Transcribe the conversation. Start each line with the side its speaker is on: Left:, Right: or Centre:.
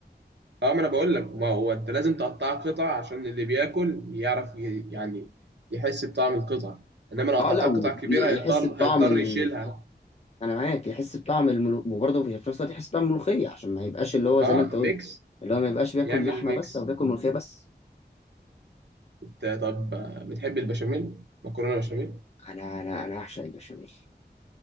Right: اه ما انا بقول لك ما هو انت لازم تقطعها قطع عشان اللي بياكل يعرف ي... يعني يحس بطعم القطع انما لو
Left: اه
Right: قطعتها
Left: لا ويحس
Right: قطع كبيره هيضطر
Left: بطعم
Right: هيضطر
Left: ال...
Right: يشيلها
Left: انا معاك يحس بطعم الملو... وبرضه في نفس الوقت يحس بطعم الملوخيه عشان ما يبقاش اللي هو
Right: اه
Left: زي ما انت قلت
Right: ميكس
Left: اللي هو ما يبقاش بياكل
Right: يعمل
Left: لحمه
Right: ميكس
Left: بس او بياكل ملوخيه بس
Right: انت طب آه، بتحب البشاميل مكرونه بشاميل
Left: انا انا انا اعشق البشاميل